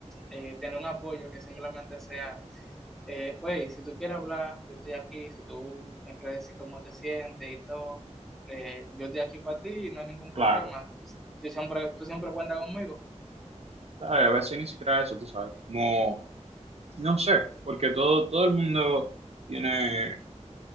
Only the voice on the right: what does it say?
Claro,
claro, a veces ni siquiera eso, tú sabes, como, no sé, porque todo, todo el mundo tiene